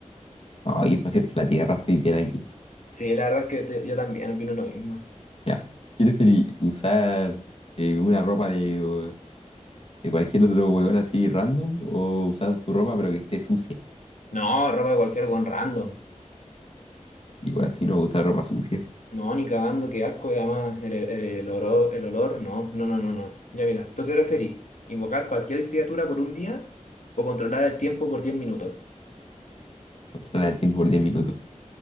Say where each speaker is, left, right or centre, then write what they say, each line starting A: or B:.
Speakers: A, on the left (about 50°); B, on the left (about 75°).
A: Oh, ir para siempre por la tierra, estoy bien aquí.
B: Sí, la verdad es que te- yo también opino lo mismo.
A: Ya. ¿Qué preferís? ¿Usar eh, una ropa de, o- de cualquier otro huevón así random o usar tu ropa pero que esté sucia?
B: No, ropa de cualquier con random.
A: Igual si no me gusta la ropa sucia,
B: No, ni cagando, qué asco. Y además, el, el, el olor, el olor, no, no, no, no, no. Ya mira, ¿tú qué preferís? ¿Invocar cualquier criatura por un día o controlar el tiempo por 10 minutos?
A: controla el tiempo por 10 minutos.